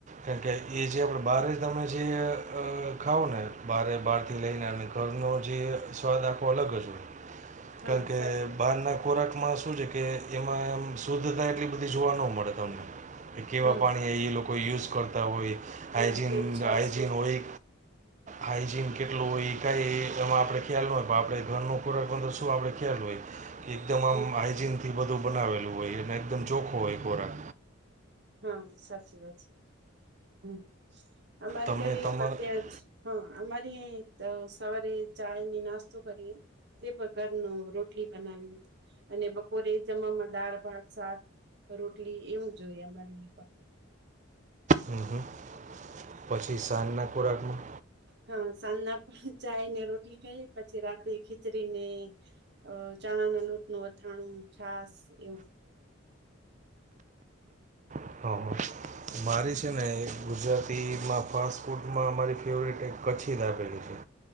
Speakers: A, on the right; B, on the right.
A: કેમ કે એ જે આપણે બાર તમે જે અ ખાવ ને બારે બહારથી લઈને અને ઘરનો જે સ્વાદ આખો અલગ જ હોય.
B: હા
A: કારણ કે
B: સાચી વાત
A: બહારના
B: છે
A: ખોરાકમાં શું છે કે એમાં એમ શુદ્ધતા એટલી બધી જોવા ન મળે તમને કે કેવા
B: હમ
A: પાણી એ લોકો યુઝ કરતા હોય
B: હા
A: હજીન
B: કેવી છાસ
A: હજીન હોય હાઈજીન કેટલું હોય એ કઈ એમાં આપડે ખ્યાલ ન હોય પણ આપણેે ઘરનો ખોરાકંદર તુ આપણે ખેલ હોય કે એકદમ આમ
B: હમ
A: હાયજીન થી બધું બનાવેલું હોય એ અને એકદમ ચોખ્ખો હોય ખોરાક.
B: હહ સાચી વાત છે. હમ અમારે
A: તમે
B: ઘરે
A: તમારા
B: પણ ત્યાં જ હહ અમારી ઈયા ત સવારે ચાયને નાસ્તો કરીએ. તે પણ ઘરનું રોટલી બનાવીએ. અને બપોરે જમવામાં દાળ, ભાત, શાક, રોટલી એવું જ હોય અમારે અહીંયા પણ.
A: હમ હમ. પછી સાંજના ખોરાકમાં?
B: હહ સાંજના પણ ચાય ને રોટલી ખાઈએ પછી રાતે ખીચડીને અ ચણાના લોટનું અથાણું, છાસ એવું.
A: હહ હહ મારી છે ને એ ગુજરાતીમાં ફાસ્ટ ફૂડમાં મારી ફેવરિટ એક કચ્છી દાબેલી છે.